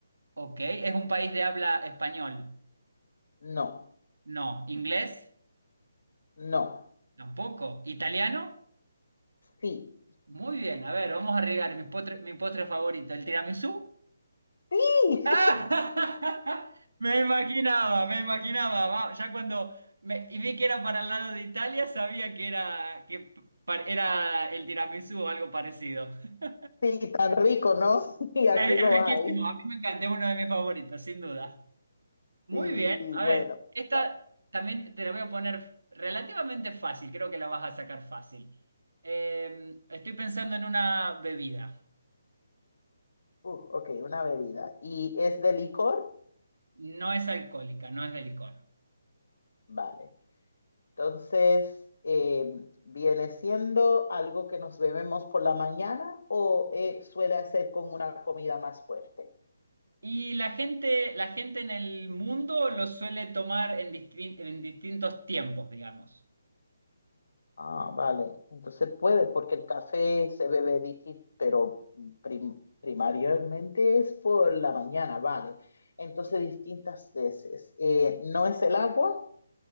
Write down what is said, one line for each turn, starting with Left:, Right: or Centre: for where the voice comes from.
Right: Ok, ¿es un país de habla español?
Left: no,
Right: No. ¿Inglés?
Left: no.
Right: Tampoco. ¿Italiano?
Left: Sí.
Right: Muy bien, a ver, vamos a arriesgar mi postre, mi postre favorito, el tiramisú.
Left: Sí,
Right: ¡Ah! <laughs> Me imaginaba, me imaginaba. va, Ya cuando me, y vi que era para el lado de Italia, sabía que era, que pa- era el tiramisú o algo parecido. <laughs>
Left: <laughs> sí, tan rico, ¿no? <laughs> Y aquí
Right: Es,
Left: lo
Right: es riquísimo,
Left: hay.
Right: a mí me encanta, es uno de mis favoritos, sin duda. Muy
Left: Sí,
Right: bien,
Left: sí,
Right: a
Left: bueno.
Right: ver, esta
Left: va.
Right: también te la voy a poner relativamente fácil, creo que la vas a sacar fácil. Eh, estoy pensando en una bebida,
Left: Uh, ok, una bebida. ¿Y es de licor?
Right: no es alcohólica, no es de licor.
Left: Vale. Entonces, eh, ¿viene siendo algo que nos bebemos por la mañana o eh, suele hacer con una comida más fuerte?
Right: Y la gente, la gente en el mundo lo suele tomar en, distin- en distintos tiempos, digamos.
Left: Ah, vale. Entonces puede, porque el café se bebe distinto, pero prim- primariamente es por la mañana, vale. Entonces, distintas veces. Eh, ¿no es el agua?